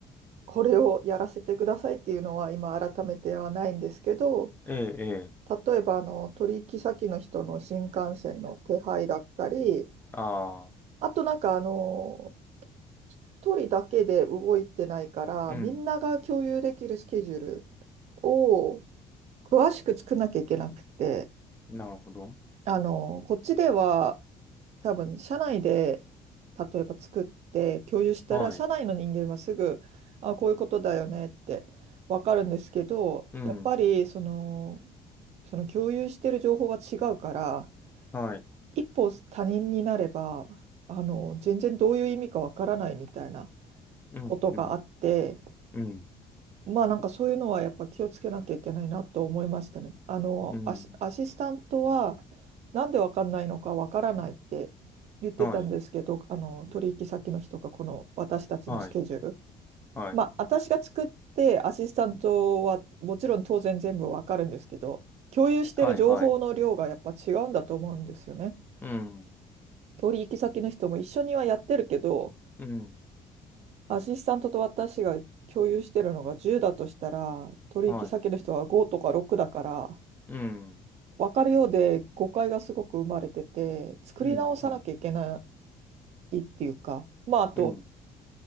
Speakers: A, on the right (about 55°); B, on the left (about 15°).
A: これをやらせてくださいっていうのは今改めてはないんですけど、
B: ええ、ええ、
A: 例えばあの取引先の人の新幹線の手配だったり、
B: ああ、
A: あとなんかあの一人だけで動いてないから、
B: うん、
A: みんなが共有できるスケジュールを詳しく作んなきゃいけなくて、
B: なるほど。
A: あの、こっちでは多分社内で例えば作って共有したら、
B: はい、
A: 社内の人間はすぐ、あ、こういうことだよねってわかるんですけど、
B: うん、
A: やっぱりその、その共有してる情報が違うから、
B: はい、
A: 一歩他人になれば、あの、全然どういう意味かわからないみたいな
B: うん、
A: ことがあって、
B: うん、うん、
A: まあなんかそういうのはやっぱ気をつけなきゃいけないなと思いましたね。あのアシ、
B: うん、
A: アシスタントはなんでわかんないのかわからないって言ってたんですけど、
B: はい、
A: あの取引先の人がこの私たちのスケジュール。
B: はい、はい、
A: まあ私が作ってアシスタントはもちろん当然全部わかるんですけど、共有してる情報の量がやっぱ違うんだと思うんですよね。
B: はい、はい、うん、
A: 取引先の人も一緒にはやってるけど、
B: うん。
A: アシスタントと私が共有してるのが10だとしたら、取引先の人は5とか6だから、
B: はい。うん。
A: 分かるようで誤解がすごく生まれてて、作り直さなきゃいけな
B: うん。うん。
A: いっていうか、まあ、あと、
B: うん。